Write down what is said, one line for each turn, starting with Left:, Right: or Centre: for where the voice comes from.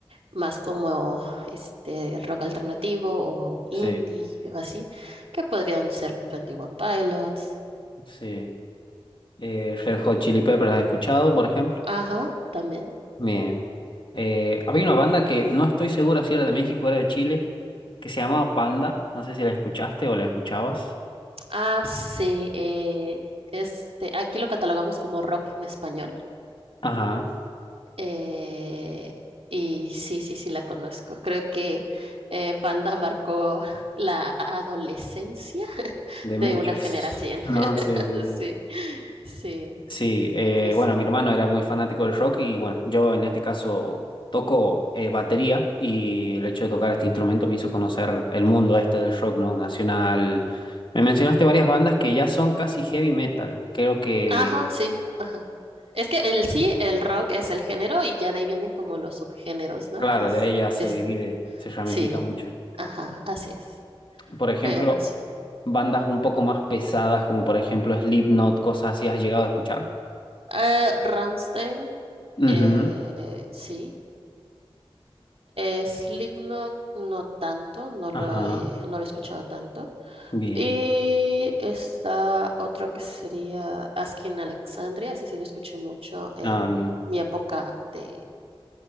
Right: más como este rock alternativo o indie
Left: sí,
Right: o así, que podrían ser Twenty One Pilots.
Left: sí. Eh, Red Hot Chili Peppers, ¿has escuchado, por ejemplo?
Right: Ajá, también.
Left: Bien. Eh, había una banda que no estoy segura si era de México o era de Chile, que se llamaba Panda. No sé si la escuchaste o la escuchabas.
Right: Ah, sí, eh, este, aquí lo catalogamos como rock en español
Left: Ajá.
Right: Eh, y sí, sí, sí la conozco. Creo que eh, Panda marcó la adolescencia
Left: de
Right: de
Left: muchos.
Right: una generación.
Left: <laughs>
Right: <laughs>
Left: No, sí, sí, sí.
Right: Sí,
Left: Sí,
Right: sí,
Left: Sí, eh,
Right: sí, sí.
Left: bueno, mi hermano era muy fanático del rock y bueno, yo en este caso toco eh, batería y el hecho de tocar este instrumento me hizo conocer el mundo este del rock, ¿no? Nacional. Me mencionaste varias bandas que ya son casi heavy metal. Creo que,
Right: Ajá, sí, ajá. Es que el sí, el rock es el género y ya de ahí vienen como los subgéneros, ¿no?
Left: claro,
Right: Que es,
Left: de ahí ya se
Right: es,
Left: divide, se ramifica
Right: sí,
Left: mucho.
Right: ajá, así es.
Left: Por ejemplo,
Right: Pero sí.
Left: bandas un poco más pesadas como por ejemplo Slipknot, cosas así, ¿has llegado a escuchar?
Right: Eh, Rammstein,
Left: Ujú,
Right: eh, sí. Eh, Slipknot no tanto, no lo
Left: Ajá,
Right: he, no lo he escuchado tanto.
Left: bien.
Right: Y está otro que sería Asking Alexandria, ese sí lo escuché mucho en
Left: Ah, bien.
Right: mi época de